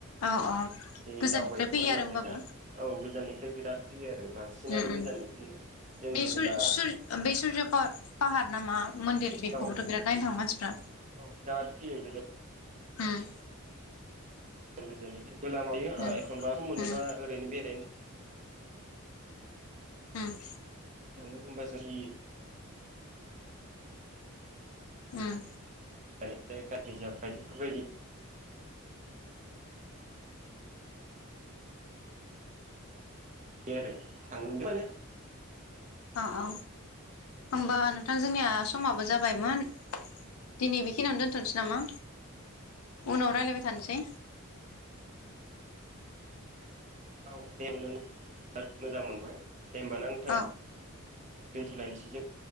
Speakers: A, on the left; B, on the right.
A: औ औ
B: बे
A: गोजाननिफ्राय
B: दावबायथाव
A: फैयो आरो
B: नालाय
A: होमबाबो
B: दा औ गोजाननिफ्राय बिराद फैयो आरो बांसिनानो
A: अम-अम
B: गोजाननि फैयो जों
A: बे
B: जेबोला
A: सुर-सुरज फा फाहार नामा? मन्दिर बेखौबोथ'
B: औ
A: बिराद नायनो थाङो मानसिफ्रा।
B: औ बिराद भिर बे
A: अम।
B: गोजान-गोजाननि गोलामायो
A: उम
B: एखनबा सम मोनोबा
A: उम
B: ओरैनो बेरायनो।
A: हम।
B: थाङो होनबा जोंनि
A: अम।
B: ओमफ्राय गाज्रि जाबाय बेफोरबायदि। बिदि आरो थांड़ोमान
A: औ -औ होमबा नोंथां जोंनिया समाबो जाबायमोन। दिनै बेखिनियावनो दोनथ'नोसै नामा? उनाव रायलायबाय थानोसै।
B: औ दे नोंथांजों रायलायनानै बिराद मोजां मोनबाय। दे होमबा ना नोंथां
A: औ
B: दोनथ'लायनोसै जों